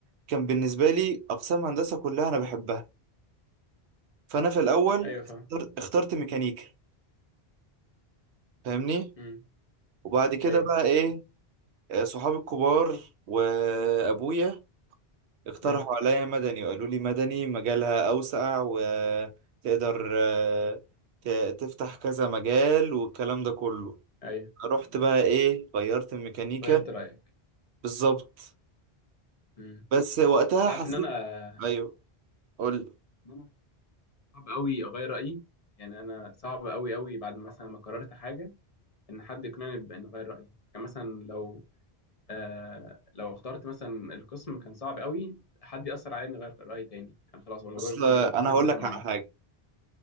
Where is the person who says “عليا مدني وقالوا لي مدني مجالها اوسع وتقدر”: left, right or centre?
Right